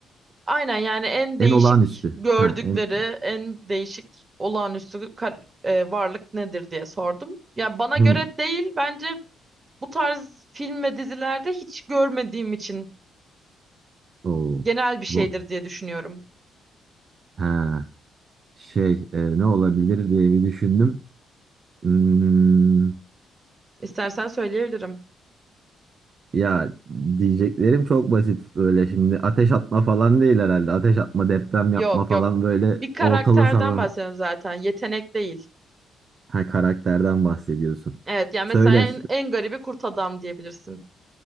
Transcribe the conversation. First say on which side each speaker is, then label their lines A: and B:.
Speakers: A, on the right (about 30°); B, on the right (about 45°).
A: Aynen yani en
B: En
A: değişik
B: olağanüstü.
A: gördükleri,
B: Ha, en
A: en değişik olağanüstü kar- e, varlık nedir diye sordum. Yani bana
B: hmm.
A: göre değil, bence bu tarz film ve dizilerde hiç görmediğim için
B: Oo.
A: genel bir
B: Zor.
A: şeydir diye düşünüyorum.
B: Ha, şey e, ne olabilir diye bir düşündüm. Hmm.
A: İstersen söyleyebilirim.
B: Ya diyeceklerim çok basit böyle şimdi ateş atma falan değil herhalde. Ateş atma, deprem yapma
A: Yok
B: falan
A: yok.
B: böyle
A: Bir karakterden
B: ortalığı sallama
A: bahsediyorum zaten. Yetenek değil.
B: ha, karakterden bahsediyorsun.
A: Evet yani
B: Söyle
A: mesela en, en garibi kurt adam diyebilirsin.